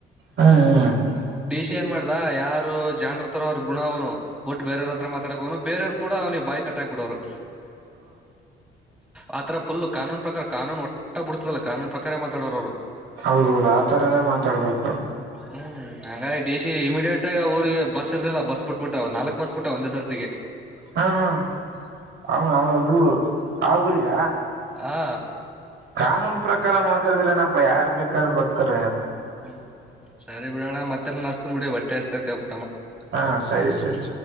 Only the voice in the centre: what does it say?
ದೇಶ ಏನ್ ಮಾಡ್ದ ಯಾರು ಜಾಣರ ತರ ಅವರು. ಪುಣ ಅವನು ಒಟ್ಟು ಬೇರವ್ರ ಹತ್ರ ಮಾತಾಡಕನು ಬರೆಯವ ಕೂ ಅವನಿ ಕಟ್ಟಾಕ್ಬಿಡವರು ಆ ತರ ಪುಲುು ಕಾನೂನು ಪ್ರಕಾರ. ಕಾನೂನು ಒಟ್ಟ ಬಿಡತದಲ್ಲ ಕಾನೂನು ಪ್ರಕಾರ ಮಾತಾಡೋರ ಅವರು.
ಹ್ಮ್ ಹಂಗಾಗಿ ಡಿ ಇಮಿಡಿಯೇಟ್ ಆಗ ಅವಊರಿಗೆಗ್ ಬಸ್ ಇರ್ಲಿಲ್ಲ ಬಸ್ ಬಿಟ್ಬಿಟ್ಟ ನಾಲ್ಕ್ ಬಸ್ ಬಿಟ್ಟ ಒಂದೇ ಸ--ಗೆ
ಹಾ
ಹ್ಮ್ ಸರಿ ಬಿಡೋಣ ಮತ್ತೆಲ್ಲ ನಸ್ತ್ ಬಿಡಿ--ಟ್ಟೆ ಅಸ್ತೈತೆ